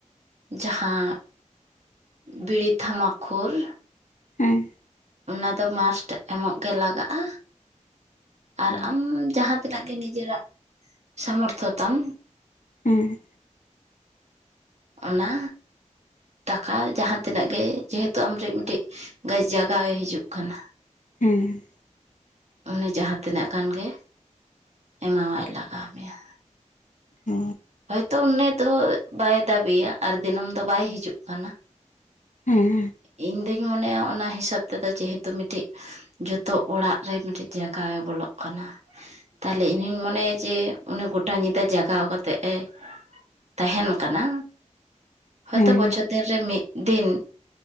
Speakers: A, on the right (about 60°); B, on the left (about 75°).
A: ᱡᱟᱦᱟᱸ ᱵᱤᱲᱤ ᱛᱷᱟᱢᱟ ᱠᱷᱩᱨ
B: ᱦᱮᱸ
A: ᱟᱫᱚ ᱢᱟᱥᱴ ᱮᱢᱚᱜ ᱜᱮ ᱞᱟᱜᱟᱜᱼᱟ᱾ ᱟᱨ
B: ᱚ
A: ᱟᱢ ᱡᱟᱦᱟᱸ ᱛᱤᱱᱟᱹᱜ ᱜᱮ ᱱᱤᱡᱮᱨᱟᱜ ᱥᱟᱢᱚᱨᱛᱷᱚ ᱛᱟᱢ
B: ᱦᱮᱸ
A: ᱚᱱᱟ ᱴᱟᱠᱟ ᱡᱟᱦᱟᱸ ᱛᱤᱱᱟᱹᱜ ᱜᱮ ᱡᱮᱦᱮᱛᱩ ᱟᱢᱨᱮ ᱢᱤᱫᱴᱮᱱ ᱜᱟᱹᱭ ᱡᱟᱜᱟᱣᱮ ᱦᱤᱡᱩᱜ ᱠᱟᱱᱟ
B: ᱦᱮ
A: ᱩᱱᱤ ᱡᱟᱦᱟ ᱛᱤᱱᱟᱹᱜ ᱜᱟᱱ ᱜᱮ ᱮᱢᱟᱣᱟᱭ ᱞᱟᱜᱟᱣ ᱢᱮᱭᱟ
B: ᱚ
A: ᱛᱚ ᱩᱱᱤ ᱫᱚ ᱵᱟᱭ ᱫᱟᱹᱵᱤᱭᱟ ᱟᱨ ᱫᱤᱱᱟᱹᱢ ᱫᱚ ᱵᱟᱭ ᱦᱤᱡᱩᱜ ᱠᱟᱱᱟ
B: ᱦᱮᱸ
A: ᱤᱧ ᱫᱩᱧ ᱢᱚᱱᱮᱭᱟ ᱚᱱᱟ ᱦᱤᱥᱟᱹᱵ ᱛᱮᱫᱚ ᱡᱮᱦᱮᱛᱩ ᱢᱤᱫᱴᱤᱡ ᱡᱚᱛᱚ ᱚᱲᱟᱜ ᱨᱮ ᱢᱤᱫᱴᱤᱡ ᱡᱟᱭᱜ ᱜᱮ ᱵᱚᱞᱚᱜ ᱠᱟᱱᱟ ᱛᱟᱦᱚᱞᱮ ᱤᱧᱦᱚᱧ ᱢᱚᱱᱮᱭᱟ ᱡᱮ ᱚᱱᱮ ᱜᱚᱴᱟ ᱧᱤᱫᱟᱹ ᱡᱟᱜᱟᱣ ᱠᱟᱛ ᱛᱮ ᱮ ᱛᱟᱦᱮᱱ ᱠᱟᱱᱟ ᱦᱚᱭᱛᱚ
B: ᱦᱮᱸ
A: ᱵᱚᱪᱷᱚᱨ ᱫᱤᱱ ᱨᱮ ᱢᱤᱫ ᱫᱤᱱ